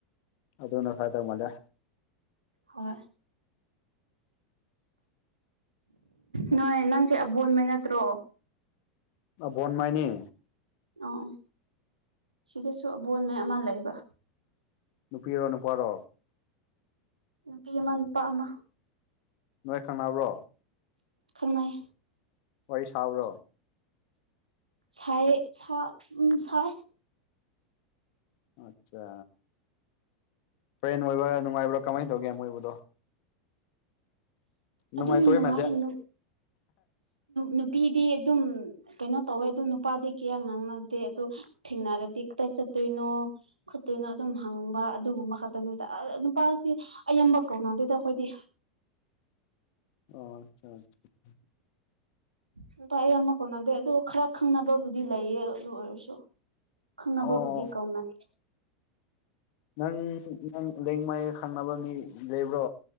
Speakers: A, on the left; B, on the right.
A: ꯑꯗꯨꯅ ꯐꯥꯗꯧ ꯃꯥꯜꯂꯦ
B: ꯍꯣꯏ ꯅꯣꯏ ꯅꯪꯁꯦ ꯑꯕꯣꯟꯃꯩ ꯅꯠꯇ꯭ꯔꯣ
A: ꯑꯕꯣꯟꯃꯩꯅꯤ
B: ꯑꯣ ꯑꯣ ꯁꯤꯗꯁꯨ ꯑꯕꯣꯟꯃꯩ ꯑꯃ ꯂꯩꯕ
A: ꯅꯨꯄꯤꯔꯣ ꯅꯨꯄꯥꯔꯣ
B: ꯅꯨꯄꯤ ꯑꯃ ꯅꯨꯄꯥ ꯑꯃ
A: ꯅꯣꯏ ꯈꯪꯅꯕ꯭ꯔꯣ
B: ꯈꯪꯅꯩ
A: ꯋꯥꯔꯤ ꯁꯥꯕ꯭ꯔꯣ
B: ꯁꯥꯏꯌꯦ ꯁꯥ ꯎꯝ ꯁꯥꯏ
A: ꯑꯠꯆꯥ ꯐ꯭ꯔꯦꯟ ꯑꯣꯏꯕ꯭ꯔꯥ ꯅꯨꯡꯉꯥꯏꯕ꯭ꯔꯥ ꯀꯃꯥꯏꯅ ꯇꯧꯒꯦ ꯃꯣꯏꯕꯗꯣ ꯅꯨꯡꯉꯥꯏꯊꯣꯛꯏ
B: ꯑꯗꯨꯝ ꯅꯨꯡꯉꯥꯏ
A: ꯃꯥꯟꯗꯦ
B: ꯅꯨ ꯅꯨꯄꯤꯗꯤ ꯑꯗꯨꯝ ꯀꯩꯅꯣ ꯇꯧꯋꯦ ꯑꯗꯨ ꯅꯨꯄꯥꯗꯤ ꯀꯌꯥ ꯉꯥꯡꯅꯗꯦ ꯑꯗꯣ ꯊꯦꯡꯅꯥꯔꯗꯤ ꯀꯥꯗꯥꯢ ꯆꯠꯇꯣꯏꯅꯣ ꯈꯨꯠꯇꯣꯏꯅꯣ ꯑꯗꯨꯝ ꯍꯪꯕ ꯑꯗꯨꯒꯨꯝꯕ ꯈꯛꯇꯅꯤ ꯑꯥ ꯅꯨꯄꯥꯁꯤ ꯑꯌꯥꯝꯕ ꯀꯧꯅꯗꯦꯗꯥ ꯑꯩꯈꯣꯏꯗꯤ
A: ꯑꯣ ꯑꯆꯥ ꯑꯆꯥ
B: ꯅꯨꯄꯥ ꯑꯌꯥꯝꯕꯥ ꯀꯧꯅꯗꯦ ꯑꯗꯨ ꯈꯔ ꯈꯪꯅꯕꯕꯨꯗꯤ ꯂꯩꯌꯦ ꯑꯗꯨ ꯑꯣꯏꯔꯁꯨ ꯈꯪꯅꯕꯕꯨꯗꯤ
A: ꯑꯣ
B: ꯀꯧꯅꯩ
A: ꯅꯪ ꯅꯪ ꯂꯦꯡꯃꯩ ꯈꯪꯅꯕ ꯃꯤ ꯂꯩꯕ꯭ꯔꯣ